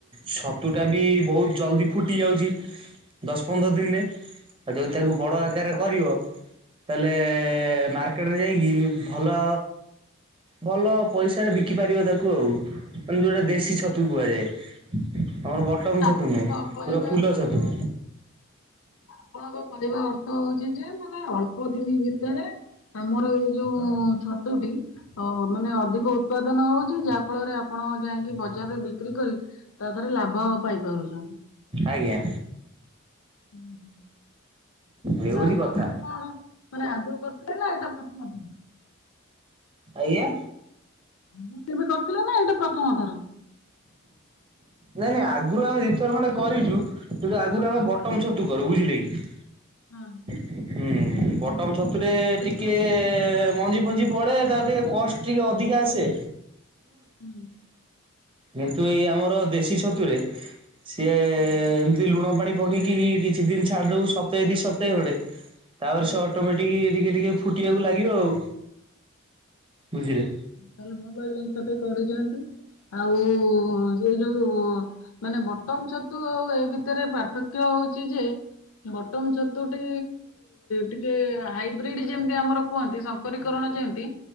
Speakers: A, on the right; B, on the left.
A: ଛତୁଟା ବି ବହୁତ ଜଲ୍ଦି ଫୁଟି ଯାଉଛି। ଦଶ ପନ୍ଦର ଦିନରେ ଆଉ ଯଦି ତାକୁ ବଡ଼ ଆକାରରେ କରିବ ତାହେଲେ ମାର୍କେଟରେ ଯାଇକି ଭଲ ଭଲ ପଇସାରେ ବିକି ପାରିବ ତାକୁ ଆଉ ମାନେ ଯୋଉଟା ଦେଶୀ ଛତୁ କୁହାଯାଏ। ଆମର ବଟମ
B: ତାହେଲେ
A: ଛତୁ
B: ଆପଣ
A: ନୁହଁ
B: କହିବା
A: ପୁରା ଫୁଲ
B: ଅର୍ଥ
A: ଛତୁ।
B: ହଉଛି ଆପଣଙ୍କ କହିବା ଅର୍ଥ ହଉଛି ଯେ ମାନେ ଅଳ୍ପ ଦିନି ଭିତେରେ ଆମର ଏଇ ଯୋଉ ଛତୁଟି ଅ ମାନେ ଅଧିକ ଉତ୍ପାଦନ ହଉଛି ଯାହା ଫଳରେ ଆପଣ ଯାଇଁକି ବଜାରରେ ବିକ୍ରି କରି ତା ଲାଭ ପାଇପାରୁଛନ୍ତି।
A: ଆଜ୍ଞା।
B: <inaudible> ଆଚ୍ଛା
A: ଏ ହଉଛି
B: ଆପଣ
A: କଥା
B: କେତେ କଣ ମାନେ ଆଗରୁ କରିଥିଲେ ନା ଏଇଟା ପ୍ରଥମ ଥର?
A: ଆଜ୍ଞା?
B: ଆଗରୁ କେବେ କରିଥିଲେ ନା ଏଇଟା ପ୍ରଥମ ଥର?
A: ନାଇଁ ନାଇଁ ଆଗରୁ ଆମେ ଦୁଇଥର ଖଣ୍ଡେ କରିଛୁ କିନ୍ତୁ ଆଗରୁ ଆମେ
B: ହଁ
A: ବଟମ ଛତୁ କରୁ ବୁଝିଲେ କି?
B: ହଁ।
A: ହୁଁ ବଟନ ଛତୁରେ
B: କେତେଟା
A: ଟିକେ
B: କରିଦେଇଥିଲେ?
A: ମଞ୍ଜି ଫଞ୍ଜି ପଡ଼େ ତାର ଟିକେ କଷ୍ଟ ଟିକେ ଅଧିକା ଆସେ।
B: ହୁଁ
A: କିନ୍ତୁ ଏଇ ଆମର ଦେଶୀ ଛତୁରେ ସିଏ
B: ହୁଁ।
A: ଲୁଣ ପାଣି ପକେଇକିରି କିଛି ଦିନ ଛାଡ଼ି ଦବୁ ସପ୍ତାହେ ଦି ସପ୍ତାହେ ଖଣ୍ଡେ। ତାପରେ
B: ହୁଁ।
A: ସେ ଅଟୋମେଟିକ୍ ଟିକେ ଟିକେ ଫୁଟିବାକୁ ଲାଗିବ ‌ଆଉ ବୁଝିଲେ?
B: ତାହଲେ ଭଲ ଜିନିଷ ଟେ କରିଛନ୍ତି ଆଉ ସେଇ ଯୋଉ ମାନେ ବଟମ ଛତୁ ଆଉ ଏ ଭିତରେ ପାର୍ଥକ୍ୟ ହଉଛିି ଯେ ବଟନ ଛତୁଟି ଟିକେ ହାଇବ୍ରିଡ ଯେମିତି ଆମର କୁହନ୍ତି ସମ୍ କରିକରଣ ଯେମତି